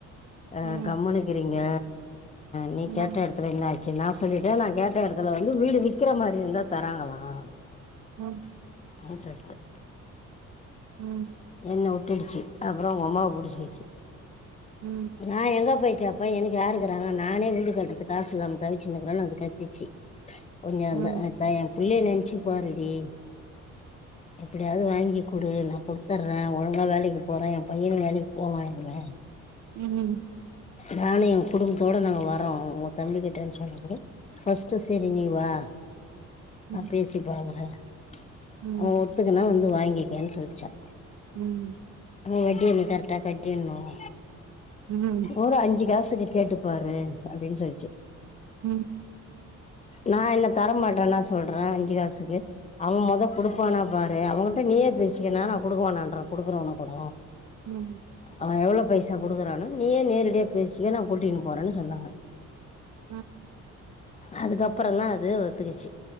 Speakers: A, on the left (about 25°); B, on the right (about 70°).
A: அ
B: ம்
A: கம்முனு இருக்கிறீங்க நீங்க
B: ம்
A: கேட்ட இடத் துல என்னாச்சு நான் சொல்லிட்டேன் நான் கேட்ட இடத்துல வந்து வீடு விக்கிற மாதிரி இருந்தா தராங்களாம்
B: ம்
A: ஆ சொல்லிட்டேன்
B: உம்
A: என்ன வுட்டுடுச்சு அப்புறம் ஒ அம்மாவ பிடிச்சிச்சி
B: ம்
A: நான் எங்க போய் கேபேன் எனக்கு யாருக்கிறாங்க நானே வீடு கட்டுறது காசு இல்லாம தவிச்சு நிக்றேன்னு அது கத்துச்சு
B: <inaudible>
A: கொஞ்சம் வந்து
B: ம்
A: அ நா என் புள்ளைய நினைச்சு பாருடி எப்டியாவது வாங்கி கொடு நான் கொடுத் துறேன் ஒழுங்கா வேலைக்கு போகறேன் என் பையனு வேலைக்கு போவான் இனிமே
B: ம் ம்
A: நானும் என் குடும்பத்தோட நாங்க வரறோம் உங்க தம்பிக்கிட்ட னு சொன்னே பாரு ஃபர்ஸ்டு சரி நீ வா
B: ம் ம்
A: நான் பேசி பாக்குறேன்
B: ம்
A: அவன் ஒத்துக்குனா வந்து வாங்கிக்கேன்னு சொல்லிச்சான்
B: ம்
A: வட்டிய நீ கரெட்டா கட்டிறனும்
B: ம்
A: ஒரு அஞ்சு காசுக்கு கேட்டு பாரு அப்படின்னு சொல்லிச்சு
B: ம்
A: நான் என்ன தர மாட்டேன்னா சொல்றேன் அஞ்சு காசுக்கு அவன் முத கொடுப்பானா பாரு அவகிட்ட நீயே பேசிக்க நானா கொடுக்கவானான்றன் குடுக்குறவனா கூட
B: ம்
A: அவன் எவ்வளவு பைசா கொடுக்குறான்னு நீயே நேரடியா பேசிக்க நான் கூட்டின்னு போறேன்னு சொன்னாங்க
B: ம்
A: அதுக்கப்புறம் தான் அது ஒத்துக்குச்சு